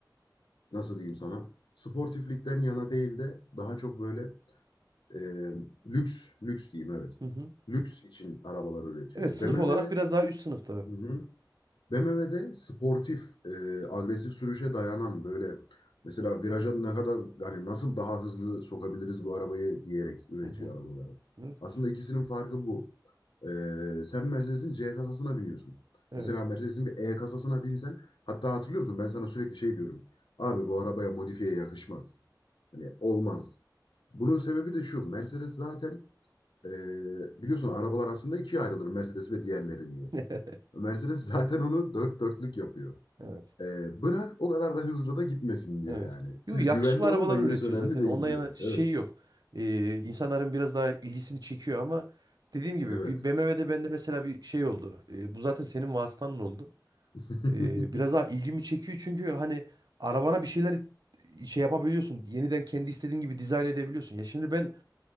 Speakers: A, on the left (about 80°); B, on the right (about 60°).
A: nasıl diyeyim sana sportiflikten yana değil de daha çok böyle E, lüks, lüks diyeyim evet.
B: Hı hı.
A: Lüks için arabalar üretiyor.
B: Evet sınıf
A: BMW
B: olarak
A: de
B: biraz daha üst sınıfta.
A: hı hı. BMW de sportif, e, agresif sürüşe dayanan böyle mesela viraja ne kadar hani nasıl daha hızlı sokabiliriz bu arabayı diyerek üretiyor
B: Hı hı.
A: arabaları.
B: Evet.
A: Aslında ikisinin farkı bu. E, sen Mercedes'in C kasasına biniyorsun.
B: Evet.
A: Mesela Mercedes'in bir E kasasına binsen hatta hatırlıyor musun? Ben sana sürekli şey diyorum. Abi bu arabaya modifiye yakışmaz. Hani olmaz. Bunun sebebi de şu. Mercedes zaten ee, biliyorsun arabalar aslında ikiye ayrılır Mercedes ve diğerleri diye.
B: <laughs>
A: Mercedes zaten onu dört dörtlük yapıyor.
B: Evet.
A: Ee, bırak o kadar da hızlı da gitmesin diyor
B: Evet.
A: yani. Siz
B: Yo, yakışıklı
A: güvende olun
B: arabalar
A: da gerisi
B: üretiyor
A: önemli
B: zaten.
A: değil
B: Ondan
A: diyor.
B: yana şey
A: Evet.
B: yok. Ee, insanların biraz daha ilgisini çekiyor ama dediğim gibi
A: Evet.
B: bir BMW'de bende mesela bir şey oldu. Ee, bu zaten senin vasıtanın oldu.
A: <laughs>
B: Ee, biraz daha ilgimi çekiyor çünkü hani arabana bir şeyler şey yapabiliyorsun. Yeniden kendi istediğin gibi dizayn edebiliyorsun. Ya şimdi ben